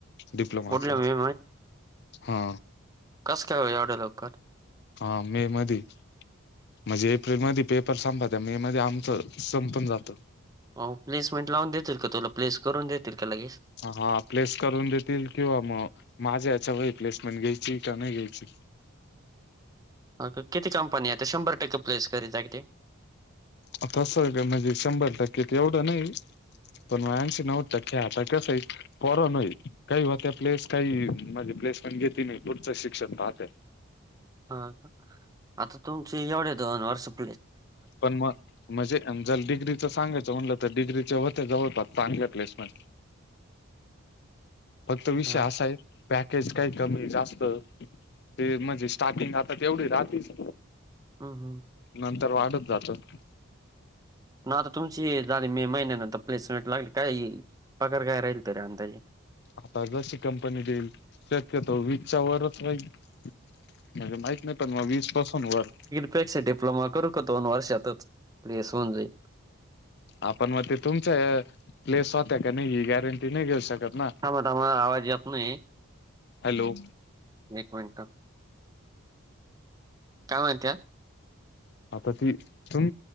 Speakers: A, on the left; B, on the right.
A: डिप्लोमाच
B: पुढल्या मे
A: हा.
B: कस काय एवढ्या लवकर?
A: हा मे मध्ये म्हणजे एप्रिलमध्ये पेपर संपत्या मे मध्ये आमचं संपुन जात.
B: हो प्लेसमेंट लावून देतील का तुला प्लेस करून देतील का लगेच?
A: हा प्लेस करून देतील किंवा मग माझ्या याच्या व प्लेसमेंट घ्यायची का नाही घ्यायची.
B: आता किती कंपनी आहे शंभर टक्के प्लेस करीत आहे ते?
A: आता सध्या का म्हणजे शंभर टक्के ते एवढं नाही. पण आशी नऊद टक्के आता कस आहे पोरांवर होईल काही हो त्या प्लेस काही म्हणजे प्लेस पण घेतती नाही पुढचं शिक्षण पाहत <inaudible>
B: हा का आता तुमचे एवढ्या दोन वर्षांत
A: पण मग. म्हणजे जर डिग्रीचं सांगायचं म्हटलं तर डिग्रीचे होते जवळपास चांगे प्लेसमेंट फक्त विषय
B: हां
A: असा
B: का?
A: आहे पॅकेज काही कमी जास्त. ते म्हणजे स्टार्टिंग आता तेवढी राहातीच.
B: हम्म, हम्म.
A: नंतर वाढत जात.
B: ना आता तुमची झाली मे महिन्यानंतर प्लेसमेंट लागली काय पगार काय राहील तरी अंदाजे?
A: आता जशी कंपनी देईल शक्यतो वीस च्या वरच राहील. म्हणजे माहित नाही पण मग वीस पासून वर.
B: पेक्षा डिप्लोमा करू का दोन वर्षातच प्लीएस होऊन जाईल.
A: आपण मग ते तुमचा प्लेस होता का नाही ही गॅरंटी नाही घेऊ शकत ना.
B: थांबा, थांबा आवाज येत नाही
A: हॅलो
B: एक मिनट काय म्हणत्यात?
A: आता ती तुम